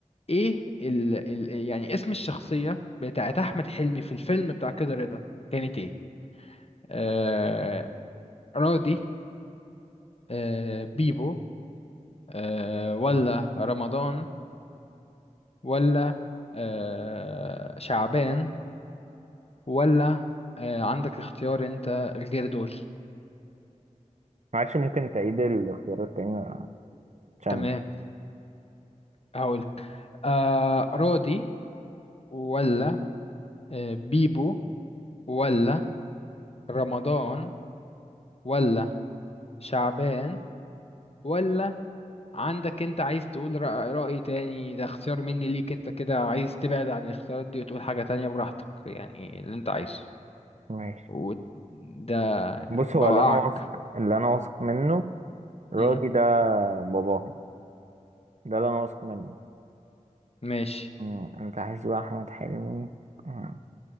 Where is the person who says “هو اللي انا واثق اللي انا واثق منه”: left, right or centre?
Right